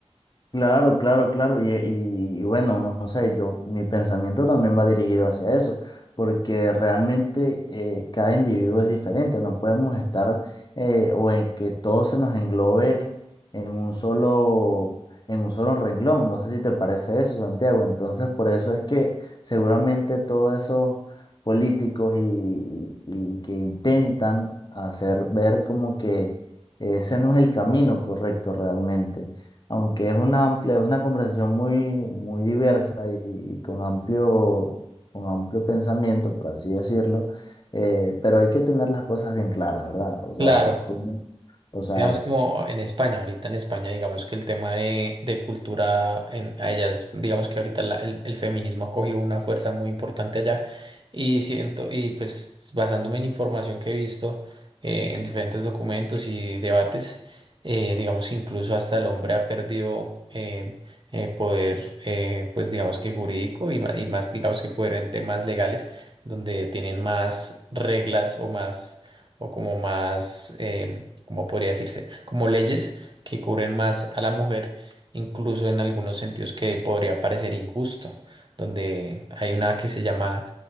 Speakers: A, on the left; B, on the right.
A: Claro, claro, claro. Y, y y bueno, no, no sé, yo, mi pensamiento también va dirigido hacia eso, porque realmente eh, cada individuo es diferente, no podemos estar eh, o en que todo se nos englobe en un solo, en un solo renglón. No sé si te parece eso, Santiago. Entonces, por eso es que seguramente todos esos políticos y, y y que intentan hacer ver como que ese no es el camino correcto realmente aunque es una amplia, es una conversación muy, muy diversa y, y con amplio, con amplio pensamiento, por así decirlo, eh, pero hay que tener las cosas bien claras, ¿verdad? O sea,
B: Claro.
A: tú no- o sea,
B: Digamos como en España, ahorita en España, digamos que el tema de, de cultura en, a ellas, digamos que ahorita la- el, el feminismo ha cogido una fuerza muy importante allá y siento, y pues basándome en información que he visto eh, en diferentes documentos y debates, eh, digamos incluso hasta el hombre ha perdido eh, eh, poder, eh, pues digamos que jurídico y, ma- y más, digamos que poder en temas legales, donde tienen más reglas o más, o como más... em, como podría decirse, como leyes que cubren más a la mujer, incluso en algunos sentidos que podría parecer injusto, donde hay una que se llama,